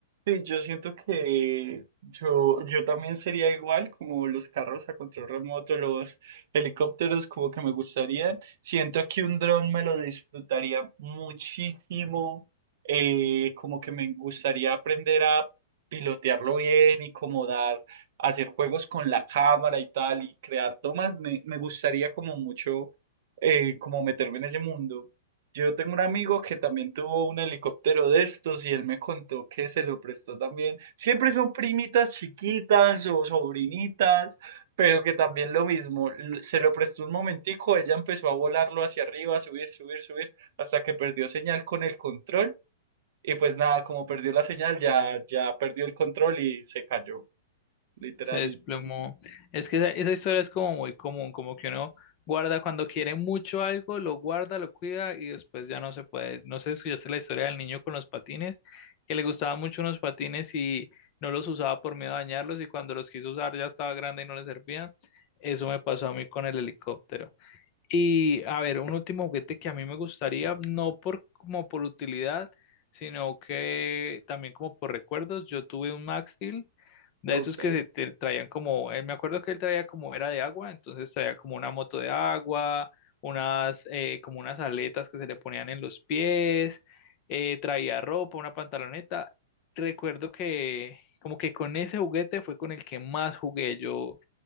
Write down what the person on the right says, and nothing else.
Sí, yo siento que yo, yo también sería igual como los carros a control remoto, los helicópteros, como que me gustaría. Siento que un dron me lo disfrutaría muchísimo, eh, como que me gustaría aprender a pilotearlo bien y como dar, hacer juegos con la cámara y tal y crear tomas. Me, me gustaría como mucho, eh, como meterme en ese mundo. Yo tengo un amigo que también tuvo un helicóptero de estos y él me contó que se lo prestó también. Siempre son primitas chiquitas o sobrinitas, pero que también lo mismo. l- Se lo prestó un momentico, ella empezó a volarlo hacia arriba, a subir, subir, subir, hasta que perdió señal con el control. Y pues nada, como perdió la señal, ya, ya perdió el control y se cayó, literal.
Y pues,
ok.